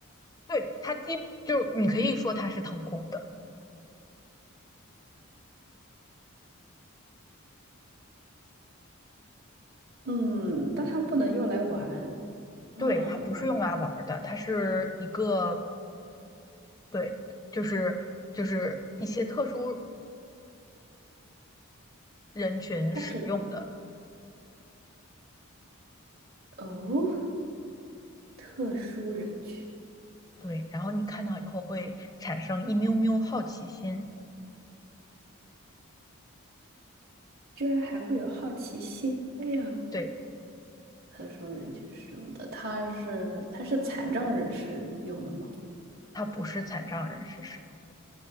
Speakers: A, on the left (about 15°); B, on the right (about 45°).
A: 对，它基就你可以说它是腾空的，
B: 嗯，但它不能用来玩，哦
A: 对，它不是用来玩儿的，它是一个对，就是就是一些特殊人群使用的。
B: 它只哦，特殊人群。
A: 对，然后你看到以后会产生一喵喵好奇心。
B: 居然还会有好奇心。哎呀，
A: 对，
B: 特殊人群使用的，它是它是残障人士用的吗？
A: 它不是残障人士使用，